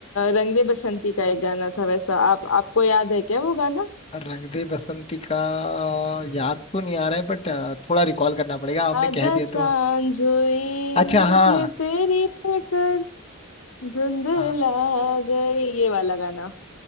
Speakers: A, on the left (about 80°); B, on the left (about 30°).
A: रंग दे बसंती का एक गाना था वैसा आप आपको याद है क्या वो गाना
B: रंग दे बसंती का याद तो नहीं आ रहा है बट थोड़ा रिकॉल करना पड़ेगा आपने
A: आजा
B: कह दिया
A: सांझ
B: तो
A: हुई
B: अच्छा
A: मुझे
B: हाँ
A: तेरी फिक्र धुंधला
B: हाँ
A: गई ये वाला गाना